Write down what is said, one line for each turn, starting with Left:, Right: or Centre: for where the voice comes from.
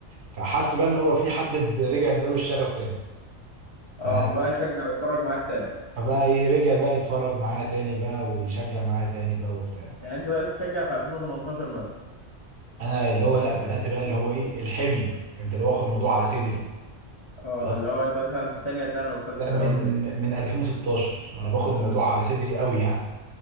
Right: فحس بقى ان هو في حد اد- رجع اداله الشغف تاني ف...
Left: اه فبقى يشجع ويتفرج معاك تاني
Right: فبقى ايه رجع بقى يتفرج معايا تاني بقى ويشجع معايا تاني بقى وبتاع
Left: يعني انت بقى تشجع في 2018 مثلا
Right: انا اللي هو لا بدات بقى اللي هو ايه الحميه فهمت اللي هو واخد الموضوع على صدري
Left: اه
Right: خلاص
Left: اللي هو انت مثلا في تانية ثانوي وثالثة
Right: ده
Left: ثانوي
Right: من
Left: كده
Right: من 2016 وانا باخد الموضوع
Left: اه
Right: على صدري قوي يعني